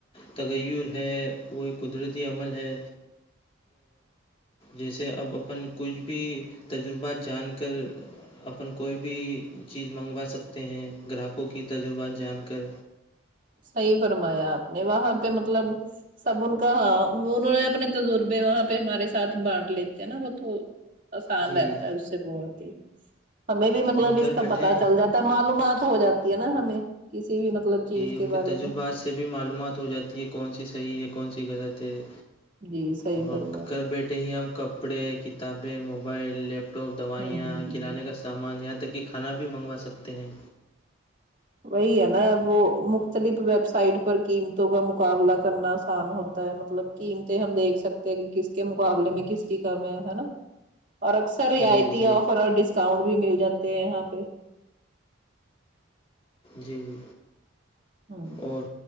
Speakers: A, on the left; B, on the right.
A: تغیر ہے وہ ایک قدرتی عمل ہے جیسے اب اپن کچھ بھی تجربات جان کر اپن کوئی بھی چیز منگوا سکتے ہیں گراہکوں کی تجربات جان کر
B: صحیح فرمایا آپ نے وہاں پہ مطلب سب ان کا ہاں انہوں نے اپنے تجربے وہاں پہ ہمارے ساتھ بانٹ لیتے ہیں نا وہ تو آسان
A: جی
B: رہتا ہے اس سے بہت ہی ہمیں بھی مطلب
A: اور
B: اس
A: گھر
B: کا
A: بیٹھے
B: پتا چل جاتا معلومات ہو جاتی ہے نا ہمیں کسی بھی مطلب چیز
A: کیونکہ
B: کے بارے
A: تجربات
B: میں
A: سے بھی معلومات ہو جاتی ہے کون سی صحیح ہے کون سی غلط ہے
B: جی صحیح
A: اور
B: فرمایا
A: کرل بیٹھے ہی ہم کب کپڑے کتابیں موبائل لیپ ٹاپ دوائیاں
B: ہوں
A: کرانے کا سھ سامان یہاں تک کہ کھانا بھی منگوا سکتے ہیں
B: وہی ہے نا وہ مختلف ویب سائٹ پر قیمتوں کا مقابلہ کرنا آسان ہوتا ہے مطلب قیمتیں ہم دیکھ سکتے ہیں کہ کس کے مقابلے میں کس کی کم ہے ہے نا اور اث سر رعایتی
A: جی جی
B: آفر اور ڈسکاؤنٹ بھی مل جاتے ہیں یہاں پہ
A: جی جی
B: ہ
A: اور